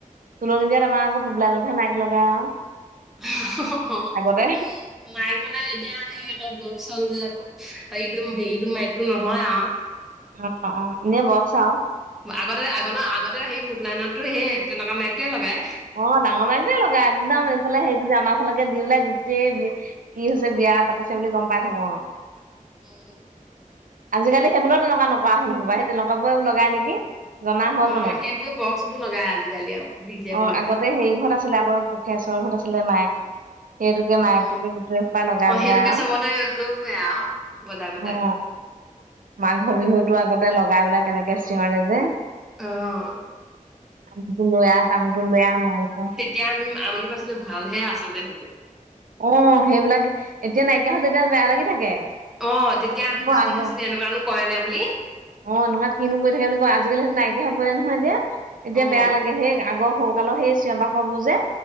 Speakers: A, on the right (about 75°); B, in the centre.
A: তোলনি বিয়াত আমাৰ আকৌ পবলাই নঠে মাইক লগাই আৰু
B: <unintelligible>
A: আগতে
B: মাইক মানে এতিয়া হেৰি আকৌ বক্স চাউণ্ডটো আকৌ যে এই হেৰিটো মাইকটো নহয় আৰু
A: অ অ এনে বক্স চাউণ্ড
B: আগতে আগ আগতে সেই পুবলা নাটতো সেইয়ে তেনেকুৱা মাইকটোৱে লগায়।
A: অ ডাঙৰ মাইকটোৱে লগাই একদম এইফালে হেৰি যে আমাৰ ফালেকে দি পেলাই গোটেই কি হৈছে বিয়া পাতিছে বুলি গম পাই থাকো অ
B: উম
A: আজিকালি সেইবোৰও তেনেকুৱা নকৰে হল ন'বা সেই তেনেকা বোৰে লগাই নেকি জনা হ'ল
B: অ
A: মানে
B: সেইবোৰ বক্সবোৰ লগাই আজিকালি আৰু ডি জে
A: অ
B: বোৰ লগাই
A: আগতে হেৰি ঘৰত আছিলে আকৌ কোখীয়াচৰৰ ঘৰত আছিলে মায়েক সেইটোকে মায়কটোকে
B: অ
A: গোটেই সোপা লগাই
B: অ',
A: লগাই
B: সেইটোকে
A: আউ
B: চবতে লৈ ফুৰে আৰু বজাই বজাই
A: অ মাঘ বিহুতো আগতে লগাই পেলাই কেনেকে চিঞৰে যে
B: অ',
A: আমোক টো লৈ আহ তামকটো আহ মাংস
B: এতিয়া আমি আমনি পাইছিলোঁ, ভালহে আচলতে সেইবোৰ।
A: অ' সেইবিলাক এতিয়া নাইকিয়া হ'ল যেতিয়া, বেয়া লাগি থাকে।
B: অ' তেতিয়া আমি
A: আকৌ
B: বিজুদি
A: আগৰ
B: খাইছিলো এনেকুৱানো কৰে নে বুলি।
A: অ' নহয় কিনো কৰি থাকে বুলি কয়। আজিকালি সেইটো নাইকিয়া হবৰে নহয় এতিয়া। এতিয়া
B: অ',
A: বেয়া লাগে সেই আগৰ স কালৰ সেই চিঞৰ-বাখৰবোৰ যে,